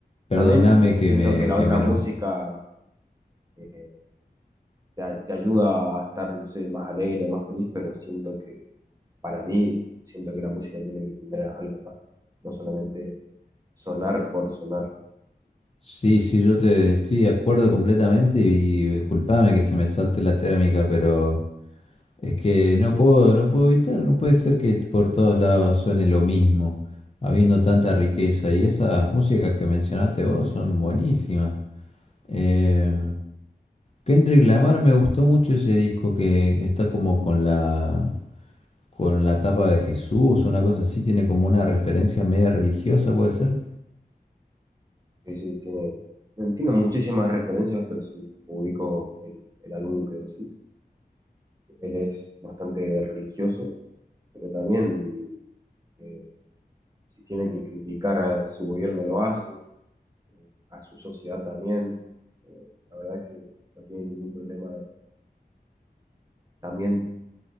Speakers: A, on the left (about 40°); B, on the right (about 20°).
A: perdóname
B: También entiendo
A: que me,
B: que la
A: que
B: otra
A: me enojo.
B: música eh, te, a- te ayuda a estar, no sé, más alegre, más feliz, pero siento que para mí, siento que la música tiene que tener algo más, no solamente sonar por sonar.
A: Sí, sí, yo te estoy de acuerdo completamente y disculpame que se me salte la térmica, pero Es que no puedo, no puedo evitar, no puede ser que por todos lados suene lo mismo, habiendo tanta riqueza. Y esas músicas que mencionaste vos son buenísimas. Eh, Kendrick Lamar me gustó mucho ese disco que, que está como con la con la tapa de Jesús, una cosa así, tiene como una referencia media religiosa, puede ser.
B: Sí, sí, tiene, tiene muchísimas referencias, pero si ubico el, el álbum que decís, él es bastante religioso, pero también eh, si tiene que criticar a su gobierno lo hace, eh, a su sociedad también, eh, la verdad que no tiene ningún problema. de- también